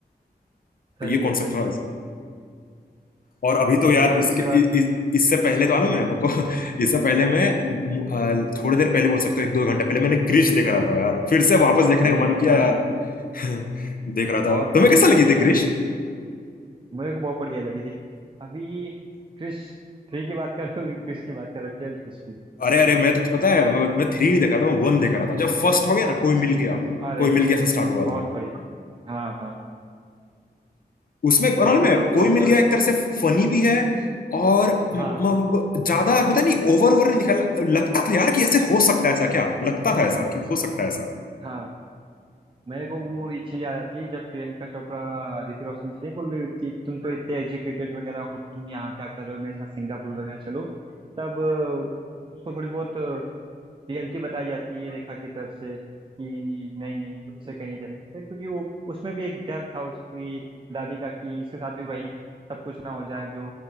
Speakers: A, on the left; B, on the right.
A: तो
B: सही
A: ये
B: है
A: कॉन्सेप्ट
B: सही
A: थोड़ा
B: है
A: और अभी तो यार
B: यार
A: इसके
B: उसके
A: इ,
B: बाद
A: इ, इससे पहले तो मालूम है मेरे को <laughs> इससे पहले मैं मु- आ, थोड़ी देर पहले बोल सकता हूँ एक दो घंटा पहले मैंने क्रिश देख रहा था यार फिर से वापस देखने
B: अरे
A: का मन
B: यार
A: किया यार <laughs> देख रहा था
B: बहुत
A: तुम्हें
B: बढ़िया
A: कैसा
B: मूवी
A: लगी
B: थी
A: थी क्रिश
B: यार मेरे को बहुत बढ़िया लगी थी अभी क्रिश थ्री की बात कर रहे हो कि क्रिश की बात कर रहे हो केवल क्रिश की
A: अरे अरे मैं तो पता है मैं मैं थ्री नहीं देख रहा था मैं वन देख रहा था जब फर्स्ट हो गया ना कोई मिल गया
B: अच्छा अरे
A: कोई मिल गया से स्टार्ट हुआ
B: बहुत
A: था
B: बढ़िया हाँ हाँ
A: उसमें पता
B: उसमें
A: नहीं मैं
B: तो प्रॉपर
A: कोई मिल गया एक तरह से फनी भी है और म-
B: हाँ
A: म- ज्यादा होता नहीं ओवर ओवर नहीं दिखा लगता था यार कि ऐसे हो सकता है ऐसा क्या लगता था ऐसा कि हो सकता है ऐसा
B: हाँ मेरे को वो ये चीज याद आती है जब प्रियंका चोपड़ा ऋतिक रोशन से नहीं बोल रही होती कि तुम तो इतने एजुकेटेड वगैरह हो तुम यहाँ क्या कर रहे हो मेरे साथ सिंगापुर वगैरह चलो तब अ, उसको थोड़ी बहुत रियलिटी बताई जाती है रेखा की तरफ से कि नहीं नहीं इसे कहीं नहीं जाने देते, क्योंकि वो उसमें भी एक डर था उसकी दादी का कि इसके साथ भी वही सब कुछ ना हो जाए जो